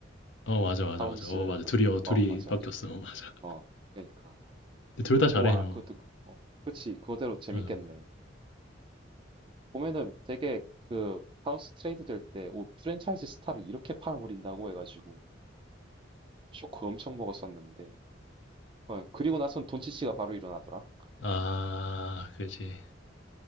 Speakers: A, on the left (about 70°); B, on the right (about 25°).
A: 어 맞아 맞아
B: 타운스가,
A: 맞아 어 맞아 둘이 어 둘이
B: 어, 맞아,
A: 바뀌었어
B: 맞아.
A: 어, 맞아
B: 어, 그러니까.
A: 둘 다 잘해요
B: 우와, 그것도, 그- 어, 그치, 그거대로 재밌겠네.
A: 맞아
B: 보면은 되게 그, 파운스 트레이드 될 때, 오, 프랜차이즈 스타를 이렇게 팔아버린다고 해가지고, 쇼크 엄청 먹었었는데, 어, 그리고 나선 돈치치가 바로 일어나더라.
A: 음아 그지